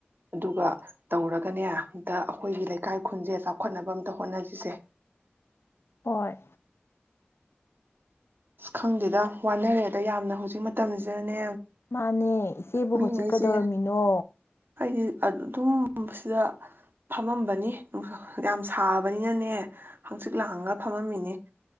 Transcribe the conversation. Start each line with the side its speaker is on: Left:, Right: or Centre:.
Right: ꯑꯗꯨꯒ ꯇꯧꯔꯒꯅꯦ ꯑꯝꯇ ꯑꯩꯈꯣꯏꯒꯤ ꯂꯩꯀꯥꯏ ꯈꯨꯟꯁꯦ ꯆꯥꯎꯈꯠꯅꯕ ꯑꯝꯇ ꯍꯣꯠꯅꯁꯤꯁꯦ꯫
Left: ꯍꯣꯏ꯫
Right: ꯈꯪꯗꯦꯗ ꯋꯥꯅꯔꯦ ꯑꯗ ꯌꯥꯝꯅ ꯍꯧꯖꯤꯛ ꯃꯇꯝꯁꯤꯗꯅꯦ
Left: ꯃꯥꯅꯦ ꯏꯆꯦꯕꯨ
Right: ꯃꯤꯉꯩꯁꯦ
Left: ꯍꯧꯖꯤꯛ ꯀꯩꯗꯧꯔꯝꯃꯤꯅꯣ?
Right: ꯑꯩꯗꯤ ꯑꯗꯨꯝ ꯁꯤꯗ ꯐꯝꯃꯝꯕꯅꯤ ꯅꯨꯡꯁꯥ ꯌꯥꯝ ꯁꯥꯕꯅꯤꯅꯅꯦ ꯍꯪꯆꯤꯠ ꯂꯥꯡꯒ ꯐꯝꯃꯝꯃꯤꯅꯤ꯫